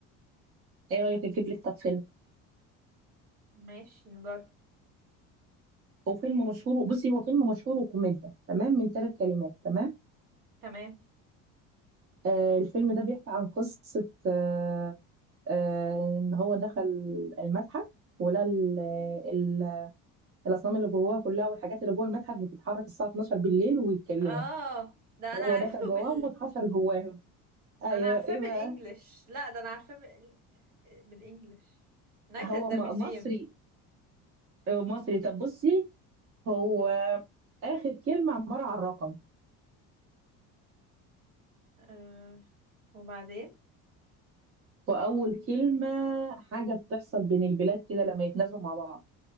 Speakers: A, on the right; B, on the right.
A: ايه رأيك اجيب لك طب فيلم
B: ماشي نجرب
A: هو فيلم مشهور بصي هو فيلم مشهور وكوميديا تمام من ثلاث كلمات تمام
B: تمام
A: آه الفيلم ده بيحكي عن قصة آه آه ان هو دخل المتحف ولقى ال- ال- الأصنام اللي جواه كلها والحاجات اللي جوه المتحف بتتحرك الساعة 12 بالليل ويتكلموا
B: اه ده
A: هو
B: انا عرفته
A: دخل جواهم
B: بال
A: واتحشر جواهم ايوه
B: انا عارفاه
A: ايه
B: بالانجلش
A: بقى
B: لا ده انا عارفاه بال... بالانجلش نايت
A: هو
B: ات ذا
A: م-
B: ميوزيوم
A: مصري آه، مصري طب بصي هو آخر كلمة عبارة عن رقم
B: آه. وبعدين
A: وأول كلمة حاجة بتحصل بين البلاد كده لما يتنازلوا مع بعض